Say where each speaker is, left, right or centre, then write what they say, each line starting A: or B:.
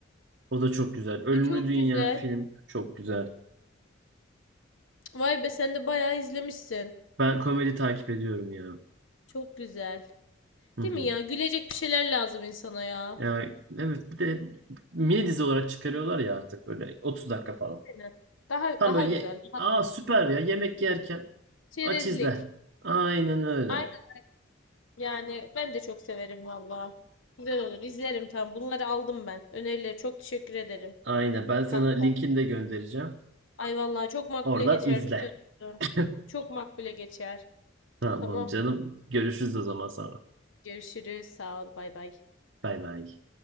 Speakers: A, on the right; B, on the left.
A: O da çok güzel. Ölümlü
B: E, Çok
A: Dünya
B: güzel.
A: film çok güzel.
B: Vay be sen de bayağı izlemişsin.
A: Ben komedi takip ediyorum ya.
B: Çok güzel.
A: Hı
B: Değil
A: hı.
B: mi ya? Gülecek bir şeyler lazım insana ya.
A: Yani evet bir de mini dizi olarak çıkarıyorlar ya artık böyle 30 dakika falan.
B: Aynen. Daha
A: Tam
B: daha
A: böyle.
B: güzel.
A: ye-
B: Daha
A: aa süper ya yemek yerken
B: çerezlik.
A: aç izle. Aynen öyle.
B: Ay yani ben de çok severim valla. Güzel olur. İzlerim tamam. Bunları aldım ben. Önerileri çok teşekkür ederim
A: Aynen ben sana
B: kanka.
A: linkini de göndereceğim.
B: Ay vallahi çok makbule
A: Oradan
B: geçer
A: izle.
B: biliyorsun.
A: <laughs>
B: Çok makbule geçer.
A: Tamam
B: Tamam.
A: canım. Görüşürüz o zaman sonra.
B: Görüşürüz. Sağ ol. Bay bay.
A: Bay bay.